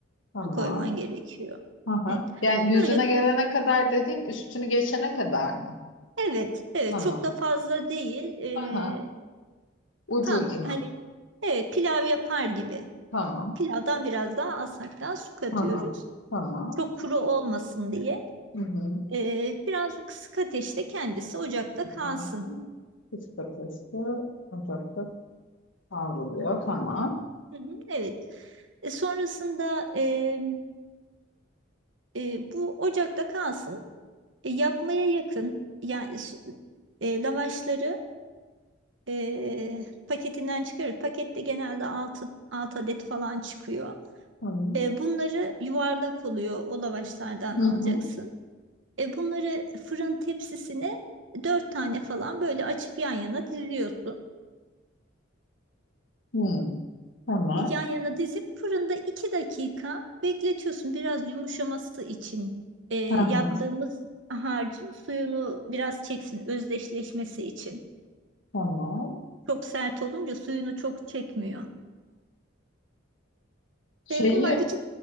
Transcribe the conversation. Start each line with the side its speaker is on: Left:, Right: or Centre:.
Left: Tamam.
Right: Su koyman gerekiyor.
Left: Aha.
Right: Evet.
Left: Yani yüzüne
Right: Böyle
Left: gelene kadar dediğin üstünü geçene kadar mı?
Right: evet evet
Left: Tamam.
Right: çok da fazla değil. E,
Left: Aha. Ucu
Right: tam
Left: ucuna.
Right: hani evet pilav yapar gibi.
Left: Tamam.
Right: Pilavdan biraz daha az hatta su katıyoruz.
Left: Aha. Tamam.
Right: Çok kuru olmasın diye.
Left: Hı hı.
Right: Ee, biraz o kısık ateşte kendisi ocakta kalsın.
Left: Bakın. Kış patatesi ocakta kavruluyor. Tamam.
Right: Hı hı, evet. E, sonrasında e, e, bu ocakta kalsın. E, yapmaya yakın yani s- e, lavaşları e, paketinden çıkarır. Pakette genelde 6, 6 adet falan çıkıyor.
Left: Tamam.
Right: E, bunları yuvarlak oluyor o lavaşlardan
Left: Hı
Right: alacaksın.
Left: hı.
Right: E, bunları fırın tepsisine dört tane falan böyle açıp yan yana diziyorsun.
Left: Hı. Tamam.
Right: E, Yan yana dizip fırında iki dakika bekletiyorsun. Biraz yumuşaması için e, yaptığımız
Left: Aha.
Right: harcın suyunu biraz çeksin özdeşleşmesi için.
Left: Tamam.
Right: Çok sert olunca suyunu çok çekmiyor.
Left: Şeyi
Right: E, bunlar iki...